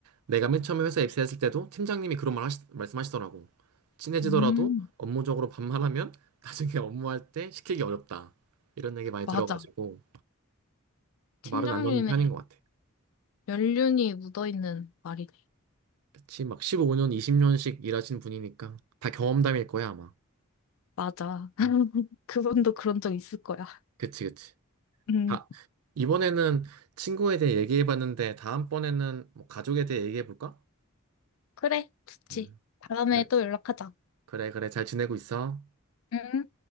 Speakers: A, on the right; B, on the left.
A: 내가 맨 처음에 회사 입사했을 때도 팀장님이 그런 말 하시, 말씀하시더라고. 친해지더라도
B: 음,
A: 업무적으로 반말하면 나중에 <laughs> 업무할 때 시키기 어렵다. 이런 얘기 많이
B: 맞아.
A: 들어가지고 말은
B: 팀장님의
A: 안 놓는 편인 것 같아.
B: 연륜이 묻어있는 말이네.
A: 그치, 막 15년, 20년씩 일하신 분이니까 다 경험담일 거야, 아마.
B: 맞아. <laughs>
A: 음.
B: 그분도 그런 적 있을 거야.
A: 그치, 그치.
B: 음,
A: 아, 이번에는 친구에 대해 얘기해봤는데 다음번에는 뭐 가족에 대해 얘기해볼까?
B: 그래, 좋지.
A: 음.
B: 다음에
A: 그래.
B: 또 연락하자.
A: 그래, 그래. 잘 지내고 있어?
B: 음.